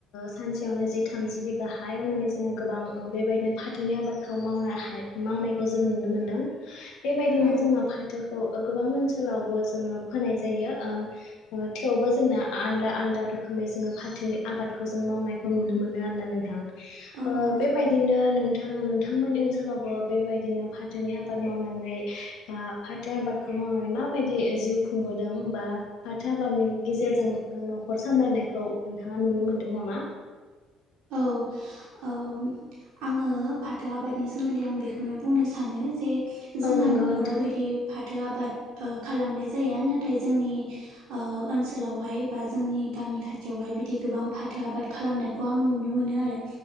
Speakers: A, on the left; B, on the right.
A: सानसेयावनो जि थामजि बिघा हा एवनानै जोङो गोबां बेबायदिनो फाथोनि आबादखौ मावनानै मावनायखौ जों नुनो मोनदों बेबायदिनो
B: औ
A: जोङो फाथो गोबां ओनसोलावबो जोङो फोनाय जायो थेवबो जोंना आलदा आलदा रोखोमै जोङो फाथो आबादखौ जों मावनायखौ नुनो मोनो आरोना नोंथां
B: औ
A: ओ
B: नंगौ
A: बेबायदिनो नोंथां नोंथांमोननि ओनसोलावबो बेबायदिनो फाथोनि आबाद मावनानै बा फाथो आबाद खौ मावनानै माबायदि जिउ खुंबोदों बा फाथो आबादनि गेजेरजों न'खर सामलायनायखौ नंङा नुनो मोनदों नामा?
B: औ औ आंङो फाथो आबादनि सोमोन्दै आं बेखौनो बुंनो सानो जे
A: औ
B: जोंहा
A: नंगौ
B: न'खराव
A: नोंथां
B: बिदि फा थो आबाद ओ खालामनाय जाया नाथाय जोंनि ओ ओनोलावहाय बा जोंनि गामि खाथियावहाय बिदि गोबां फाथो आबाद खालामनायखौ आं नुनो मोनो आरो